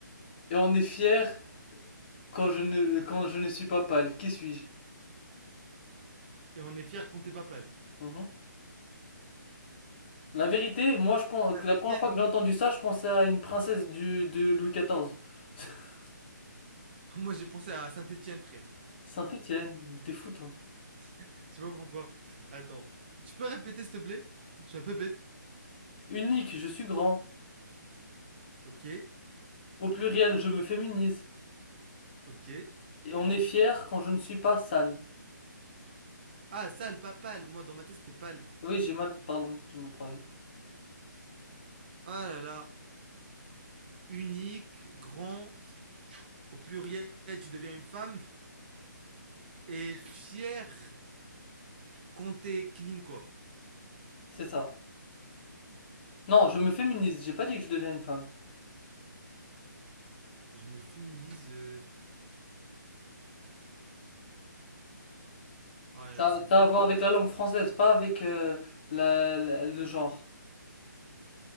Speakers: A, on the left (about 30°); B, on the right (about 30°).
A: Et on est fier quand je ne, quand je ne suis pas pâle. Qui suis-je?
B: Et on est fiers qu'on t'ait pas pâle.
A: Mhm. La vérité, moi, je pense
B: Saint-Étienne.
A: que la première fois que j'ai entendu ça, je pensais à une princesse du, de Louis XIV. <laughs>
B: <laughs> Moi, j'ai pensé à Saint-Étienne, frère.
A: Saint-Étienne, mais t'es fou, toi.
B: Je sais pas pourquoi. Attends. Tu peux répéter, s'il te plaît? Je suis un peu bête.
A: Unique, je suis grand.
B: Ok,
A: Au pluriel, je me féminise.
B: ok.
A: Et on est fier quand je ne suis pas sale.
B: Ah, sale, pas pâle. Moi, dans ma tête, c'était pâle.
A: Oui, j'ai mal, pardon, j'ai mal parlé.
B: Ah là là. unique, grand, au pluriel, tu deviens une femme, et fier quand t'es clean, quoi.
A: C'est ça. Non, je me féminise, j'ai pas dit que je deviens une femme.
B: Je me féminise. euh, Oh là là,
A: Ça,
B: c'est dur.
A: ça a à voir avec la langue française, pas avec euh, la- la- le genre.